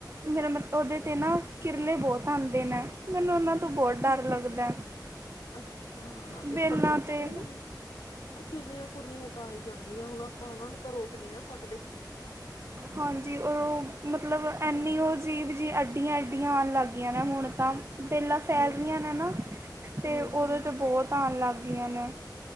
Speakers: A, on the right (about 35°); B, on the left (about 70°).
A: ਮੇਰਾ ਮਤਲਬ ਉਹਦੇ ਤੇ ਨਾ ਕਿਰਲੇ ਬਹੁਤ ਆਉਂਦੇ ਨੇ, ਮੈਨੂੰ ਉਹਨਾਂ ਤੋਂ
B: ਕਿ
A: ਬਹੁਤ ਡਰ ਲੱਗਦਾ।
B: ਅੱਛਾ,
A: ਬੇਲਾਂ
B: ਉੱਪਰ ਛੱਤ
A: 'ਤੇ
B: ਦੇ ਲ ਕਿਰਲੀਆਂ-ਕੁਰਲੀਆਂ ਤਾਂ ਆਈ ਜਾਂਦੀਆਂ ਹੁਣ, ਆਪਾਂ ਉਹਨਾਂ ਨੂੰ ਤਾਂ ਰੋਕ ਨੀ ਨਾ ਸਕਦੇ।
A: ਹਾਂਜੀ, ਉਹ ਮਤਲਬ ਐੰਨੀ ਉਹ ਜੀਬ ਜੀ ਐੱਡੀਆਂ-ਐੱਡੀਆਂ ਆਉਣ ਲੱਗ ਗਈਆਂ ਨੇ ਹੁਣ ਤਾਂ। ਬੇਲਾਂ ਫੈਲ
B: ਹਮ
A: ਰਹੀਆਂ ਨੇ ਨਾ, ਤੇ
B: ਹਮ
A: ਉਹਦੇ 'ਤੇ ਬਹੁਤ ਆਉਣ ਲੱਗ ਗਈਆਂ ਨੇ।